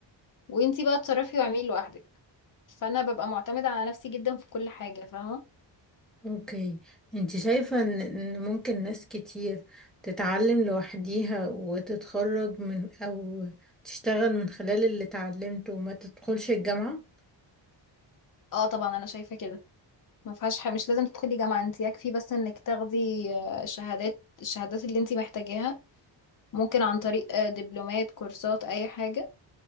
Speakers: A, on the left (about 45°); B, in the centre.
A: وانتي بقى تصرفي واعملي لوحدك فانا ببقى معتمدة على نفسي جدا في كل حاجة فاهمة؟
B: اوكي انت شايفة ان إن ممكن ناس كتير تتعلم لوحديها وتتخرج من او تشتغل من خلال اللي اتعلمته وما تدخلش الجامعة
A: اه طبعا انا شايفة كده ما فيهاش حاجة مش لازم تدخلي جامعة انت يكفي بس انك تاخدي آه، شهادات الشهادات اللي انت محتاجاها ممكن عن طريق آه، دبلومات كورسات اي حاجة